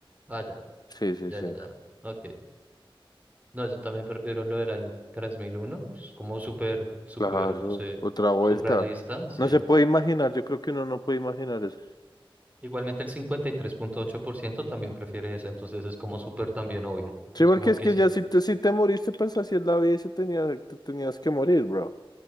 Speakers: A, on the right (about 15°); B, on the left (about 45°).
A: Ah, ya,
B: Sí, sí,
A: ya,
B: sí,
A: ya, ya. Ok. No, yo también prefiero lo del año 3001. Es como súper, súper,
B: claro,
A: no sé,
B: otra vuelta.
A: surrealista, sí.
B: No se puede imaginar, yo creo que uno no puede imaginar eso.
A: Igualmente el 53.8% también prefiere esa, entonces es como súper también obvia.
B: Sí,
A: Es
B: porque
A: como
B: es
A: que
B: que
A: sí.
B: ya si te, si te moriste, pues así es la vida y se tenía, te tenías que morir, bro.